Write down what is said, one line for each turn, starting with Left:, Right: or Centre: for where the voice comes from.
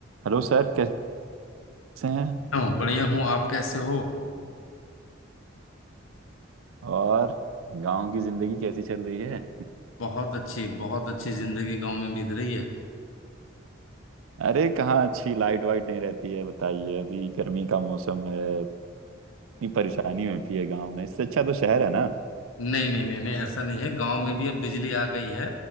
Right: Hello sir कैसे हैं
Left: हूँ बढ़िया हूँ आप कैसे हो
Right: और गांव की जिंदगी कैसी चल रही है
Left: बहुत अच्छी बहुत अच्छी जिंदगी गांव में बीत रही है
Right: अरे कहाँ अच्छी लाइट वाइट नहीं रहती है बताइए अभी गर्मी का मौसम है इतनी परेशानी होती है गांव में इससे अच्छा तो शहर है ना
Left: नहीं नहीं नहीं नहीं ऐसा नहीं है गांव में भी अब बिजली आ गई है